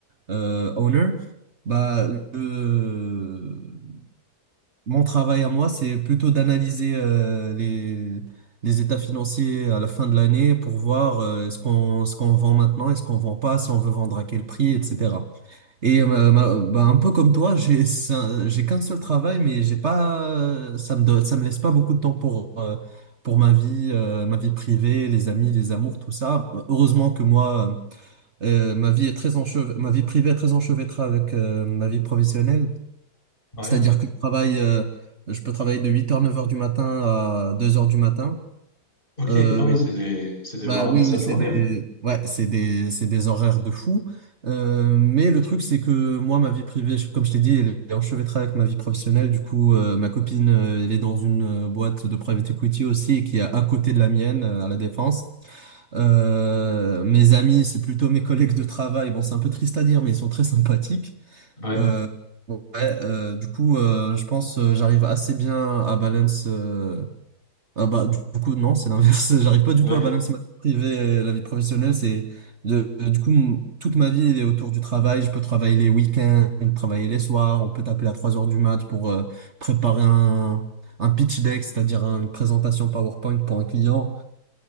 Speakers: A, on the right; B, on the left.
A: euh, owner. Bah le- mon travail à moi, c'est plutôt d'analyser euh, les les états financiers à la fin de l'année pour voir euh, est-ce qu'on ce qu'on vend maintenant, est-ce qu'on vend pas, si on veut vendre à quel prix, etc. Et euh, ma- bah, un peu comme toi, j'ai ça- j'ai qu'un seul travail, mais j'ai pas, ça me donne- ça me laisse pas beaucoup de temps pour euh, pour ma vie, euh, ma vie privée, les amis, les amours, tout ça. Heureusement que moi, euh, ma vie est très enchev- ma vie privée est très enchevêtrée avec euh, ma vie professionnelle.
B: Ouais.
A: C'est-à-dire que je travaille, euh, je peux travailler de huit heures neuf heures du matin à deux heures du matin.
B: Ok.
A: Euh,
B: Ah oui, c'est des... c'est des...
A: bah
B: vraiment
A: oui,
B: des sales
A: oui,
B: journées.
A: c'est des,
B: ouais.
A: ouais, c'est des, c'est des horaires de fou. Euh, mais le truc, c'est que moi, ma vie privée, je- comme je t'ai dit, elle est enchevêtrée avec ma vie professionnelle. Du coup, euh, ma copine, euh, elle est dans une euh, boîte de private equity aussi, et qui est à côté de la mienne, euh, à La Défense. Euh, mes amis, c'est plutôt mes collègues de travail. Bon, c'est un peu triste à dire, mais ils sont très sympathiques.
B: Ouais.
A: Euh, ouais, euh, du coup, euh, je pense, euh, j'arrive assez bien à balance, euh, ah bah, du coup, non, c'est l'inverse. <laughs> J'arrive pas du
B: Ouais,
A: tout à balancer ma vie privée et la vie professionnelle. C'est de, euh, du coup, mon- toute ma vie elle est autour du travail. Je peux travailler les week-ends, travailler les soirs. On peut t'appeler à 3 heures du mat pour euh, préparer un, un pitch deck, c'est-à-dire un- une présentation PowerPoint pour un client.